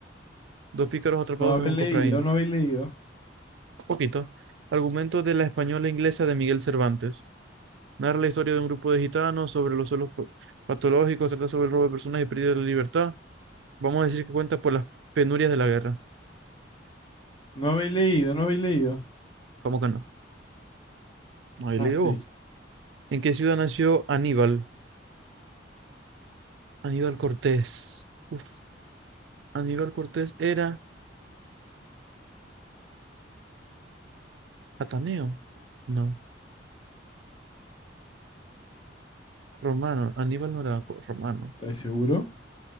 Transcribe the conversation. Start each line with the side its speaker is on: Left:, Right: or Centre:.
Right: Dos pícaros atrapados
Left: No habéis
Right: en un
Left: leído,
Right: cofraín.
Left: no habéis leído.
Right: Poquito. Argumentos de la española e inglesa de Miguel Cervantes. Narra la historia de un grupo de gitanos sobre los suelos pa- patológicos, trata sobre el robo de personas y pérdida de la libertad. Vamos a decir que cuenta por las penurias de la guerra.
Left: No habéis leído, no habéis leído.
Right: ¿Cómo que no? Ahí
Left: Ah,
Right: le digo.
Left: sí,
Right: ¿En qué ciudad nació Aníbal? Aníbal Cortés. Uf, Aníbal Cortés era ateneo. No, romano. Aníbal no era co- romano.
Left: ¿estáis seguro?